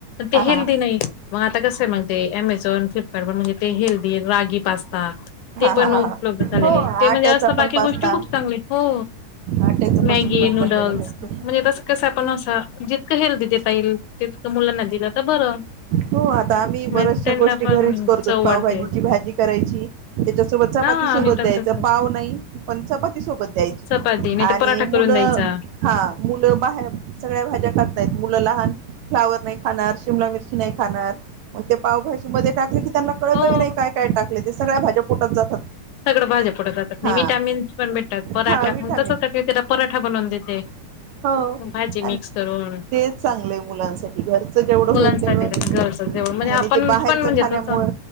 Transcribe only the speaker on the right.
हा
हा हा
हा
हो
आट्याचा
पण
पास्ता
आट्याच
पासून पण
बनलेला भेटते
हो आता आम्ही बऱ्याचशा
गोष्टी
घरीच करतो
पावभाजीची
भाजी करायची, त्याच्यासोबत चपाती
सोबत
द्यायचं
पाव नाही, पण चपाती सोबत द्यायची
ती.
आणि
मुलं
हा मुलं बाहे सगळ्या भाज्या नाहीत मुलं लहान फ्लावर नाही खाणार, शिमला मिरची नाही खाणार. मग ते पावभजी मध्ये टाकलं की त्यांना कळतही
नाही काय काय टाकलं ते. सगळ्या भाज्या पोटात जातात.
हा
हा विटामिन
हो
आणि
तेच चांगलंय मुलांसाठी घरच जेवढं
होई तेवढं
आणि ते बाहेरच
खाण्यामुळे